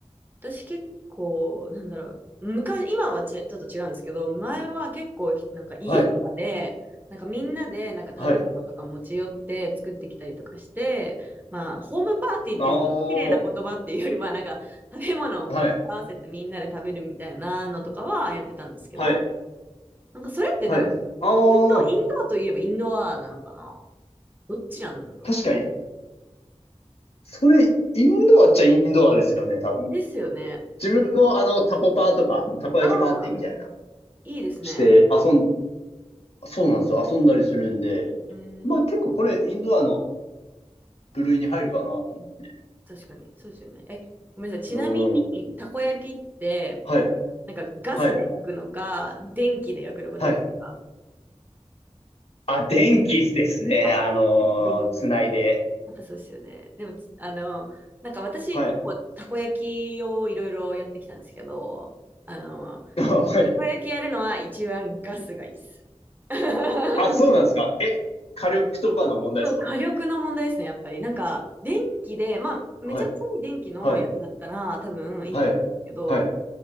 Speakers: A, on the right (about 15°); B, on the left (about 60°).
A: う私結構、なんだろう、昔、今はち、ちょっと違うんですけど、前は結構、なんか家とかで、
B: はい。
A: なんかみんなで、なんか食べ物とか持ち寄って作ってきたりとかして、
B: はい。
A: まあ、ホームパーティーっていう、
B: あ
A: その綺麗な言葉っていうよりは、
B: あ、
A: なんか食べ物を持ち合わせてみんなで食べるみたいなのとかはやってたんですけど、
B: はい。はい。
A: なんかそれってなんか、
B: はい。ああ、
A: インド、インドアといえばインドアなのかなどっちなんだろ
B: 確かに。それ、インドアっちゃインドアですよね、多分。
A: う。ですよね。
B: 自分もあの、タコパーとか、たこ焼きパーティーみたいな、
A: ああ、いいですね。
B: して遊ん、そうなんですよ。遊んだりするんで、
A: えー
B: まあ結構これ、インドアの部類に入るかなと思って。
A: 確かに。そうですよね。え、ごめんなさい。ちなみに、
B: うん。
A: たこ焼きって、
B: はい。
A: なんかガスで焼くのか、
B: はい。
A: 電気で焼くのか、
B: はい。
A: どっちか。
B: あ、電気ですね。
A: あ、
B: あのー、
A: やっぱ電気っすよね。
B: つないで。
A: やっぱそうですよね。でも、つあの、なんか私、
B: はい。
A: 結構たこ焼きをいろいろやってきたんですけど、あの、
B: <laughs> あ、はい。
A: たこ焼きやるのは一番ガスがいいです。<laughs>
B: あ、そうなんですか。え、火力とかの問題ですか
A: そう、火力の問題ですね、やっぱり。なんか、電気で、まあ、
B: はい。
A: めちゃめちゃいい電気のやつだったら、
B: はい。
A: 多分いいと思うんですけど、
B: はい。はい。